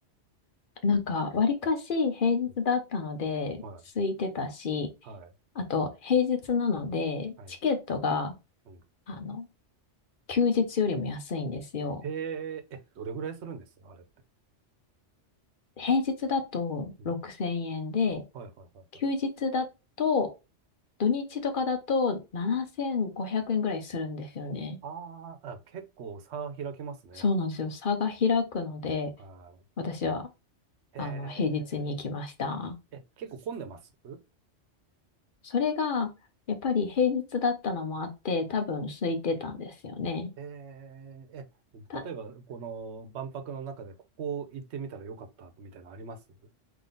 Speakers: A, on the left (about 50°); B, on the right (about 65°).
A: なんか、わりかし平日だったので、
B: うん。はい。
A: 空いてたし、
B: はい。
A: あと、平日なので、
B: はい。
A: チケットが、
B: うん。
A: あの、休日よりも安いんですよ。
B: へえ、え、どれぐらいするんですあれって。
A: 平日だと6000円で、
B: うん。はいはいはいはい。
A: 休日だと、土日とかだと7500円ぐらいするんですよね。
B: あーあ、結構差開きますね。
A: そうなんですよ。差が開くので、
B: は
A: 私は、
B: い。
A: あの、
B: へ
A: 平日に行きました。
B: え、え、結構混んでます
A: それが、やっぱり平日だったのもあって、多分空いてたんですよね。
B: ええ、え、
A: た、
B: 例えば、この万博の中でここ行ってみたらよかったみたいなのあります